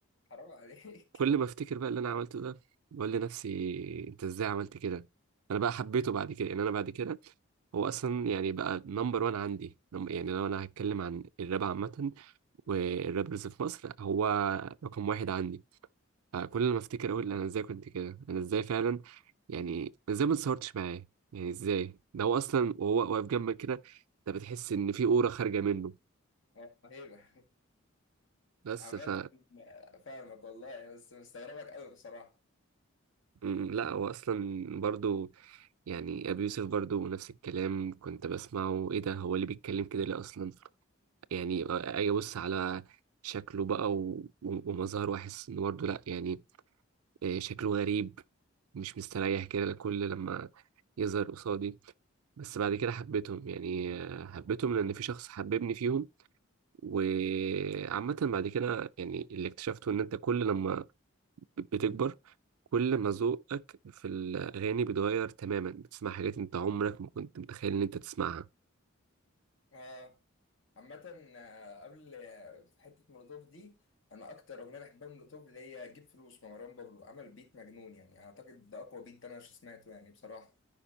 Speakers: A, on the left; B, on the right.
A: حرام عليك
B: كل ما افتكر بقى اللي انا عملته ده بقول لنفسي انت ازاي عملت كده انا بقى حبيته بعد كده يعني انا بعد كده هو اصلا يعني بقى نمبر وان عندي نم- يعني لو انا هتكلم عن الراب عامه والرابرز في مصر هو رقم واحد عندي فكل ما افتكر اقول انا ازاي كنت كده انا ازاي فعلا يعني أنا ازاي ما اتصورتش معاه يعني ازاي ده هو اصلا وهو واقف جنبك كده انت بتحس ان في اورا خارجه منه
A: <laughs> اه هيبه
B: بس
A: عامة
B: ف
A: فاهمك والله بس مستغربك قوي بصراحة
B: م، لا هو اصلا برضو يعني ابي يوسف برضو نفس الكلام كنت بسمعه ايه ده هو اللي بيتكلم كده ليه اصلا يعني اجي ابص على شكله بقى و- و- ومظهره واحس انه برضه لا يعني آه، شكله غريب مش مستريح كده كل لما يظهر قصادي بس بعد كده حبيتهم يعني آه، حبيتهم لأن في شخص حببني فيهم وعامة بعد كده يعني اللي اكتشفته إن أنت كل لما بتكبر كل ما ذوقك في الأغاني بيتغير تماما بتسمع حاجات أنت عمرك ما كنت متخيل إن أنت تسمعها
A: آه، عامة آه، قبل آه، حتة مولوتوف دي أنا أكتر أغنية بحبها من مولوتوف اللي هي جيب فلوس مروان بابلو عمل بيت مجنون يعني أعتقد ده أقوى بيت أنا سمعته يعني بصراحة